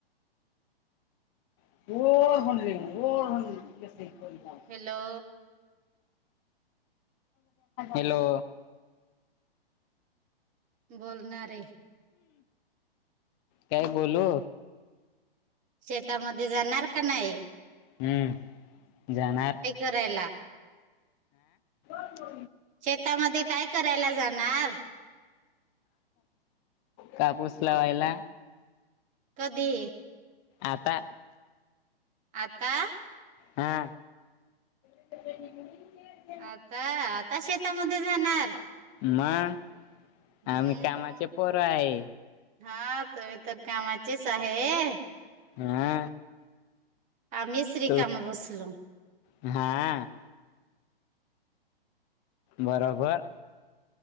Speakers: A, on the left; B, on the right.
A: <unintelligible>
B: हॅलो!
A: हॅलो.
B: बोलणारे.
A: काय बोलू.
B: शेतामध्ये जाणार का नाही.
A: हम्म जाणार.
B: काय करायला.
A: हो.
B: शेतामध्ये काय करायला जाणार.
A: कापूस लावायला.
B: कधी.
A: आता.
B: आता.
A: हा. <unintelligible>
B: आता आता शेतामध्ये जाणार.
A: मग
B: हम्म.
A: आम्ही कामाचे पोर आहे.
B: हा तुम्ही तर कामाचेच आहे.
A: हा.
B: आम्ही च रीकाम
A: तू
B: बसलो.
A: हा. बरोबर.